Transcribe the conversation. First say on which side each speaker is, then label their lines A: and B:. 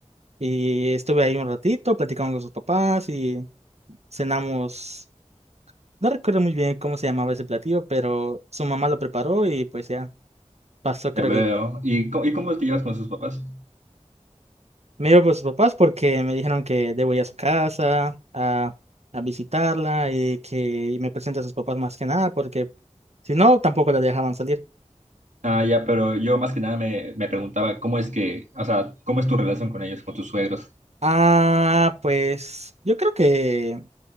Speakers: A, on the right; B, on the right.
A: y estuve ahí un ratito platicando con sus papás y cenamos, no recuerdo muy bien cómo se llamaba ese platillo, pero su mamá lo preparó y pues ya pasó creo
B: Ya veo.
A: que
B: ¿Y, cómo- y cómo te llevas con sus papás?
A: Me iba por sus papás porque me dijeron que debo ir a su casa a, a visitarla y que me presente a sus papás más que nada porque si no, tampoco la dejaban salir.
B: Ah, ya, pero yo más que nada me, me preguntaba cómo es que, o sea, cómo es tu relación con ellos, con tus suegros.
A: Ah, pues yo creo que